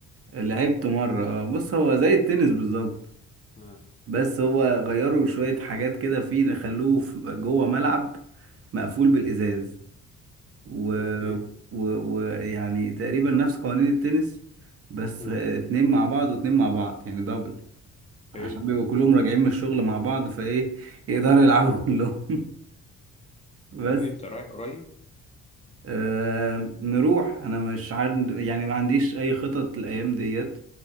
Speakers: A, on the right; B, on the left.
A: لعبت مرة اه بص هو زي التنس بالظبط
B: اه
A: بس هو غيروا شوية حاجات كده فيه خلوه في- جوه ملعب مقفول بالإزاز و...
B: اوكي
A: و... و... يعني تقريبا نفس قوانين التنس بس
B: امم
A: اتنين مع بعض واتنين مع بعض يعني دبل عشان
B: حلو
A: بيبقوا كلهم راجعين من الشغل مع بعض فايه يقدروا يلعبوا <laughs> كلهم بس
B: طب ايه انت رايح قريب
A: آه نروح انا مش عارف يعني ما عنديش اي خطط الايام ديت